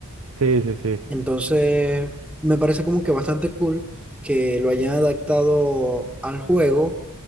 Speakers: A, on the right; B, in the centre.
A: Sí, sí, sí,
B: Entonces, me parece como que bastante cool que lo hayan adaptado al juego,